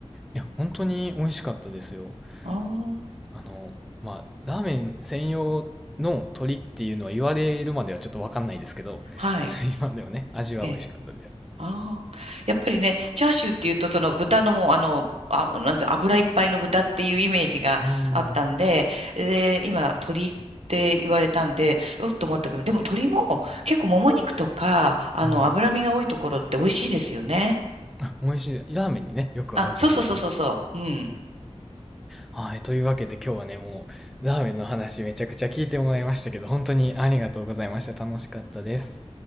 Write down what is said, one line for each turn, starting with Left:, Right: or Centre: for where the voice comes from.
Centre: いや、本当に美味しかったですよ。
Right: ああー、
Centre: あの、まあ、ラーメン専用の鳥っていうのは言われるまではちょっとわかんないですけど、
Right: はい。
Centre: <laughs> 今でもね、味は美味しかったです。
Right: ええああ、やっぱりね、チャーシューっていうと、その豚のもう、あの、あ、なんだ、油いっぱいの豚っていうイメージがあったんで、
Centre: うん、
Right: で、今、鶏って言われたんで、うっと思ったけど、でも鶏も結構もも肉とか、あの、
Centre: うん。
Right: 脂身が多いところって美味しいですよね。
Centre: あ、美味しい。ラーメンにね、よく合うと思います。
Right: あ、そうそうそうそうそう。うん。
Centre: はい、というわけで今日はね、もう、ラーメンの話めちゃくちゃ聞いてもらいましたけど、本当にありがとうございました。楽しかったです。